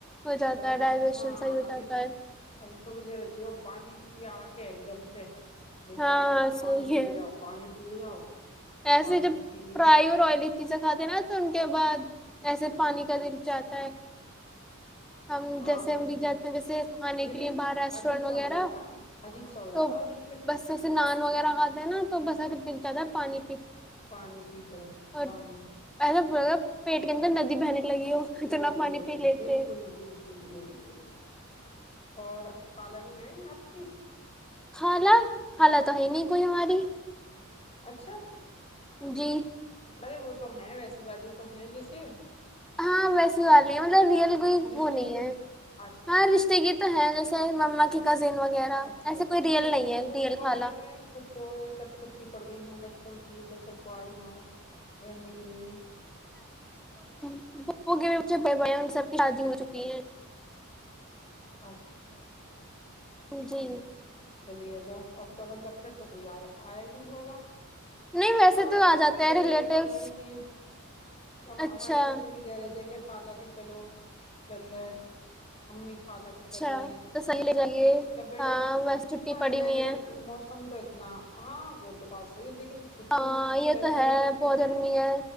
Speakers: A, in the centre; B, on the left.
A: ہو جاتا
B: تھوڑا
A: ہے ڈائجیشن
B: سا ہاں
A: صحیح ہو
B: ابھی
A: جاتا ہے
B: ابھی تھوڑی دیر پیو پانی پی آکے ایک دم سے دل
A: ہاں
B: چاہرا بس پانی
A: صحیح
B: پیے
A: ہے
B: جاؤ پانی پیے جاؤ تو
A: ایسے
B: پانی
A: جب
B: بھی پی لیا
A: فرائی اور آئلی چیزیں کھاتے ہیں نا تو ان کے بعد ایسے پانی کا دل چاہتا ہے ہم
B: ہاں
A: جیسے ہم
B: بالکل
A: بھی جاتے ہیں جیسے کھانے
B: لیکن
A: کے لیے باہر ریسٹورینٹ
B: عجیب سا
A: وغیرہ
B: ہو جاتا ہے عجیب سا ہو جاتا
A: تو
B: ہے دل کوں
A: بس ایسے نان وغیرہ کاتے ہیں نا تو بس دل چاہتا ہے پانی
B: پانی کی طرح
A: <unintelligible>
B: پانی
A: پیٹ کے اندر ندی بہنے لگی ہو اتنا
B: بہنے
A: پانی
B: لگی
A: پی لیتے
B: بالکل
A: ہیں۔
B: بالکل یہی یہی یہی اور اب خالا نہیں آئی آپ کی
A: خالا خالا تو ہے نہیں کوئی ہماری
B: اچھا
A: جی
B: ارے وہ تو ہے ویسی والی تو ہے جس <unintelligible>
A: ہاں ویسی والی ہے مطلب ریئل کوئی
B: رشتے
A: وہ نہیں
B: کی جو
A: ہے
B: اچھا
A: ہاں رشتے کی تو ہے جیسے مما
B: اچھا
A: کی
B: اچھا
A: کزن وغیرہ
B: اچھا
A: ایسے
B: اچھا
A: کوئی ریئل
B: پھھ
A: نہیں ہے
B: پھوپھو
A: ریئل
B: وغیرہ
A: خالہ
B: نہیں آئی پھھو یہ سب چھٹی پڑ گئی ہوں بچوں کی تو پھپھوایی رہنے کے لیے
A: ابو کے بچے بڑھے ہے ان سب کی شادی ہو چکی ہیں
B: اچھا اچھا
A: جی
B: چلیے تو آپ کا مطلب پھر تو کوئی آیا آیا نہیں ہوگا
A: نہیں ویسے
B: ہمارے
A: تو
B: بچے
A: آ جاتے
B: بھی
A: ہیں
B: کہہ رہے
A: ریلیٹیوس
B: تھے جانے کے لیے اب
A: اچھا
B: ہمارے بچے بھی گہ رے تھے کہ خالا کے چلو چل رہے امی خالا کے
A: اچھا
B: چل رہے ہیں
A: تو صحیح لے جائیے
B: میں نے کہا بیٹا
A: ہاں بس چھٹی
B: اور
A: پڑی
B: میں
A: ہوئی
B: نے
A: ہے
B: کہا موسی ہم کو اتنا ہاں وہ تو پاس میں ہی ہے لیکن چھٹییاں
A: ہاں
B: بھی تو اتنی
A: یہ
B: گرمی
A: ہے
B: میں پڑتی
A: بہت
B: ہیں
A: گرمی ہے